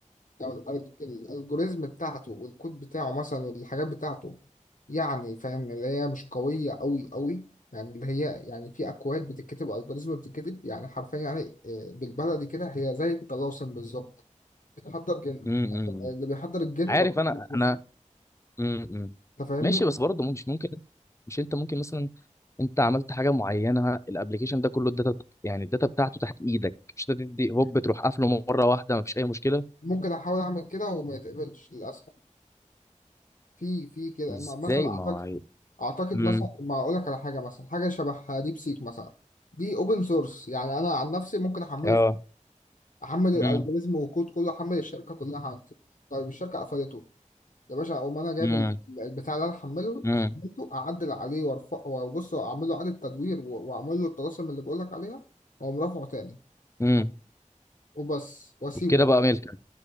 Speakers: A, on the left; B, on the left.
A: ال- ال- الالجوريزم بتاعته والكود بتاعه مثلا والحاجات بتاعته يعني فاهم اللي هي مش قوية قوي قوي يعني اللي هي يعني في أكواد بتتكتب والجوريزم بتتكتب يعني حرفيا يعني آه، بالبلدي كده هي زي الطلاسم بالظبط بتحضر جن
B: امم
A: آه، اللي بيحضر الجن
B: عارف
A: ما بيكتبش
B: انا انا امم
A: أنت فاهمني؟
B: ماشي بس برضه مش ممكن مش انت ممكن مثلا انت عملت حاجه معينه الابليكيشن ده كله الداتا يعني الداتا بتاعته تحت ايدك مش انت تدي هوب تروح قافله مره واحده مفيش اي مشكله
A: ممكن أحاول أعمل كده وما يتقبلش للأسف في في كده
B: ازاي
A: ما- مثلا
B: ما
A: أعتقد
B: هو
A: أعتقد
B: امم
A: مثلا ما أقول لك على حاجة مثلا حاجة شبه ديب سيك مثلا دي اوبن سورس يعني انا عن نفسي ممكن احمله
B: اه
A: حمل الالجوريزم
B: امم
A: وكود كله حمل الشركه كلها عندي طيب الشركه قفلته يا باشا اقوم انا جايب
B: امم
A: ال- البتاع اللي انا حمله
B: امم
A: حملته اعدل عليه وارفع وابص واعمل له اعاده تدوير و- واعمل له الطلاسم اللي بقول لك عليها واقوم رافعه تاني
B: امم
A: وبس واسيبه
B: وبكده
A: بقى
B: بقى ملكك